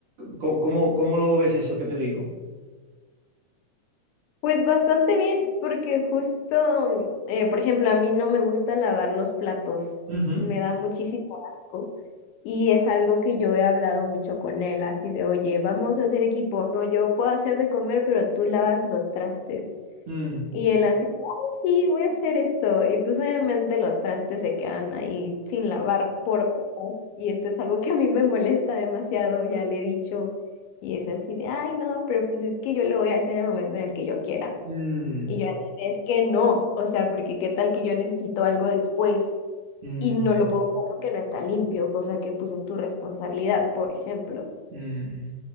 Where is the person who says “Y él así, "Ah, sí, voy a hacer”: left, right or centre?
Left